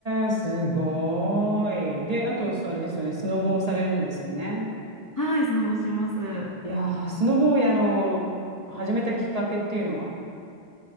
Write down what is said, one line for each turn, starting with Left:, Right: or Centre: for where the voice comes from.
Right: え、すごーい。で、
Left: うん
Right: あと、そうあれですよね。スノボをされるんですよね。
Left: はい、スノボします。最
Right: いやー、スノボを、あの、始めたきっかけっていうのは。